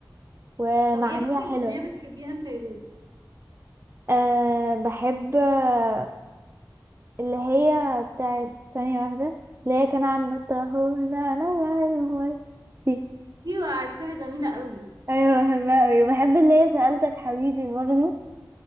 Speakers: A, on the right (about 30°); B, on the right (about 60°).
A: ومعانيها
B: طب ايه اكتر
A: حلوة
B: اغنيه بتحبيها لفيروز
A: أه بحب آه، اللي هي بتاعت ثانية واحدة اللي هي كان عندنا الطاحون انا وعلمي دي
B: ايوه عارفاها جميله قوي
A: ايوه بحبها اوي وبحب اللي هي سألتك حبيبي برضو